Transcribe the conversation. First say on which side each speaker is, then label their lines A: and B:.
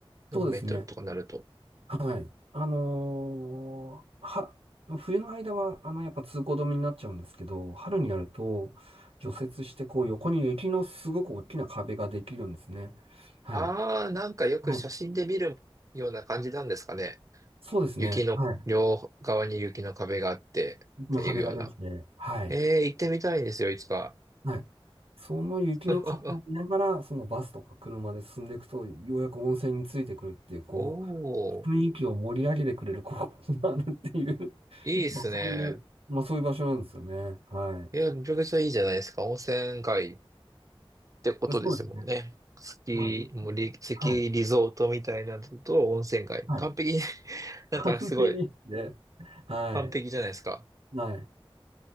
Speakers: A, on the right; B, on the right.
A: 4メートルとかなると。
B: そうですね。はい。あのーは、冬の間は、あの、やっぱ通行止めになっちゃうんですけど、春になると、除雪して、こう、横に雪のすごく大きな壁ができるんですね。はい。
A: あー、なんかよく写真で見るような感じなんですかね。
B: はい。そうですね。
A: 雪の、
B: はい。
A: 両側に雪の壁があってっていうような。
B: 雪の壁ができて、はい。
A: ええ行ってみたいんですよ、いつか。
B: はい。その雪の壁を見ながら、
A: <laughs>
B: そのバスとか車で進んでいくと、ようやく温泉についてくるっていう、こ
A: お
B: う、
A: ー、
B: 雰囲気を盛り上げてくれるこ告があ <laughs> るっていう、
A: いいっすね。
B: まあ、そういう、まあ、そういう場所なんですよね。はい。
A: いや、めちゃくちゃいいじゃないですか。温泉街ってことですもんね。
B: そうですね。
A: スキー、
B: まあ、よ
A: もうリ、スキーリゾートみたいなのと温泉街。
B: はい。はい。
A: 完璧に <laughs>
B: <laughs>
A: なんかすごい
B: 完璧ですね。はい。
A: 完璧じゃないですか。
B: はい。